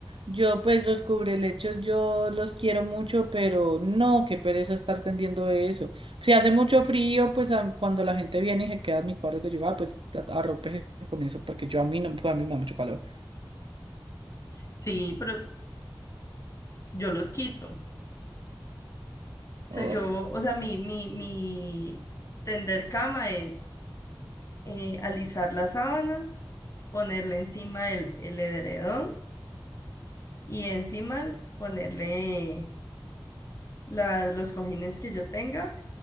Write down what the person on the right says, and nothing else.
Yo, pues, los cubrelechos, yo los quiero mucho, pero no, qué pereza estar tendiendo eso. Si hace mucho frío, pues a- cuando la gente viene y se queda en mi cuarto, que yo, ah, pues arrope con eso, porque yo a mí no, pues a mí me da mucho calor.
Ay,
no.